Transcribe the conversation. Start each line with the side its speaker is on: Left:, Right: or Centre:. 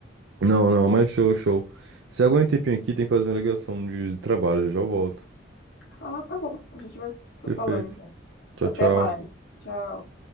Right: Não, não,
Left: Vou-
Right: mas show, show. Se aguenta um tempinho aqui, tem que fazer uma ligação de trabalho, já volto.
Left: Ah, tá bom, a gente vai se
Right: Perfeito.
Left: falando então.
Right: Tchau,
Left: Até
Right: tchau.
Left: mais, tchau.